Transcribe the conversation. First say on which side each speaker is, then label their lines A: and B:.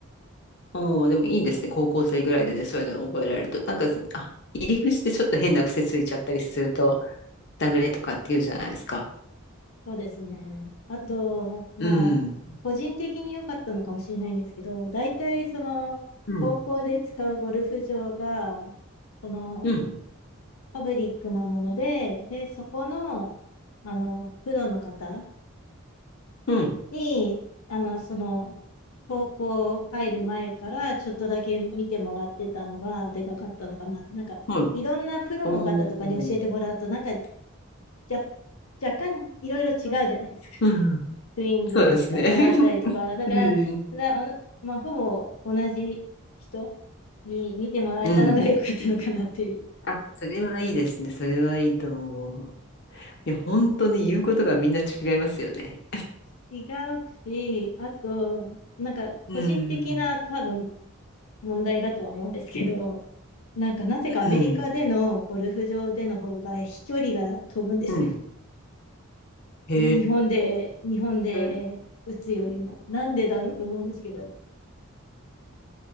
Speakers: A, on the left; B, on the left.
A: おおー、でもいいですね。高校生ぐらいでね、そういうのを覚えられると。なんか、あ入り口でちょっと変な癖ついちゃったりするとダメとかって言うじゃないですか。
B: そうですね。あと、まあ、
A: うん。
B: 個人的に良かったのかもしれないんですけど、大体その、
A: うん。
B: 高校で使うゴルフ場が、その、
A: うん。
B: パブリックなもので、で、そこの、あの、プロの方
A: うん。
B: に、あの、その、高校入る前からちょっとだけ見てもらってたのがでかかったのかな。なんか、
A: はい。
B: いろんなプロの方とかに教えてもらうと、
A: おー。
B: なんか、じゃ、若干いろいろ違うじゃないですか。
A: うんうん。
B: スイングの仕方だったりとか、
A: そうですね。<laughs>
B: だから、
A: うん。
B: だおなまあ、ほぼ同じ人に見てもらえたのが良かったのかなっていう。
A: うん。あ、それはいいですね。それはいいと思う。いや、本当に言うことがみんな違いますよね。
B: <laughs> 違うし、あと、なんか個人的な多分
A: うん。
B: 問題だとは思うんですけど、なんかなぜかアメリカでのゴルフ場での方が飛距離が飛ぶんですよ。
A: うん。うん。へ
B: 日本で、日本で打つよりも。
A: え。
B: なんでだろうと思うんですけど。